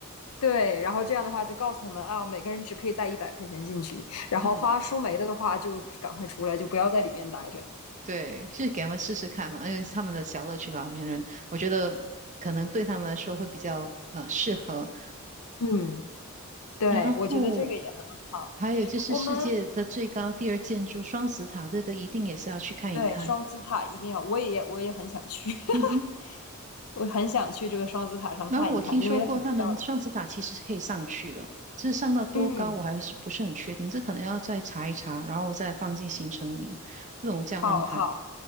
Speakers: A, on the left (about 85°); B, on the right (about 35°).
A: 对，然后这样的话就告诉他们啊，每个人只可以带一百块钱进去，然后花输没了的话就赶快出来，
B: 嗯。
A: 就不要在里边待着。
B: 对，去给他们试试看嘛，因为他们的小乐趣，老年人，我觉得可能对他们来说会比较呃适合。
A: 嗯，对，
B: 然后
A: 我觉得这个也很好。
B: 还有就是世界的最高第二建筑双子塔，
A: 我们
B: 这个一定也是要去看一看。
A: 对双子塔一定要，我也我也很想去，<laughs>
B: 嗯哼，
A: 我很想去这个双子塔上看一看，
B: 然后我听说过他们双子塔其实是可以上去的，
A: 因为很漂亮。
B: 这上到多高我还是不是很确定，
A: 嗯。
B: 这可能要再查一查，然后我再放进行程里，不懂这样安排。
A: 好好